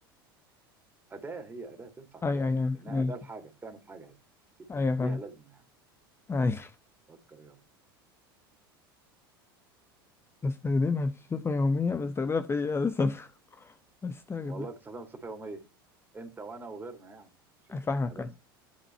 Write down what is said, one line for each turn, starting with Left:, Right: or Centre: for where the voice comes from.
Right: اداه هي اداه تنفع
Left: أيوة
Right: اداه
Left: أيوة
Right: لانها
Left: ماشي
Right: اداه لحاجه بتعمل حاجه هي كده
Left: أيوة فاهم
Right: ليها لازمه يعني
Left: أيوة
Right: فكر يلا
Left: بستخدمها في صفة يومية بستخدمها في إيه يا أستاذ؟ <laughs> بستخدم
Right: والله بتستخدمها بصفه يوميه انت وانا وغيرنا يعني مش مش
Left: فاهمك
Right: احنا بس
Left: أنا